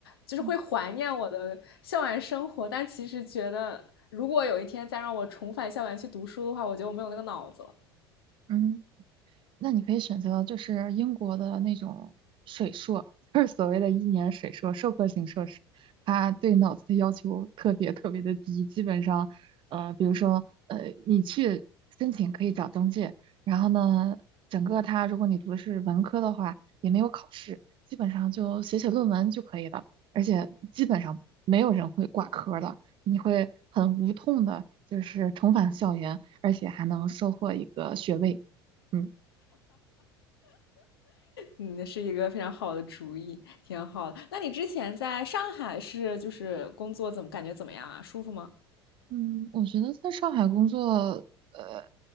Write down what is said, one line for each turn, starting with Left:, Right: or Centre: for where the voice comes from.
Left: 就是会怀念我的校园生活，
Right: 嗯
Left: 但其实觉得如果有一天再让我重返校园去读书的话，我觉得我没有那个脑子了。
Right: 嗯那你可以选择就是英国的那种水硕，就是所谓的一年水硕，授课型硕士，它对脑子的要求特别特别的低，基本上，呃，比如说，呃，你去申请可以找中介，然后呢，整个它如果你读的是文科的话，也没有考试，基本上就写写论文就可以了，而且基本上没有人会挂科的，你会很无痛的，就是重返校园，而且还能收获一个学位。嗯。
Left: 嗯，是一个非常好的主意，挺好的。那你之前在上海是就是工作怎么感觉怎么样啊？舒服吗？
Right: 嗯，我觉得在上海工作，呃，